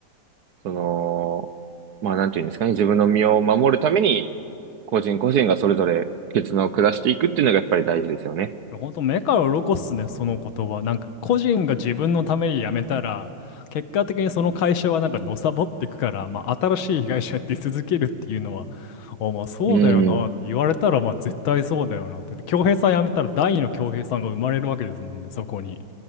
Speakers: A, on the right (about 60°); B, on the left (about 85°).
A: その、まあなんていうんですかね、自分の身を守るために、個人個人がそれぞれ決断を下していくっていうのがやっぱり大事ですよね。
B: 本当目から鱗っすね、その言葉。なんか、個人が自分のために辞めたら、結果的にその会社はなんかのさぼっていくから、まあ、新しい被害者やって続けるっていうのは、あ、まあ、そうだよなって言われたら、
A: うん。
B: まあ、絶対そうだよなって。恭平さん辞めたら、第二の恭平さんが生まれるわけですもんね、そこに。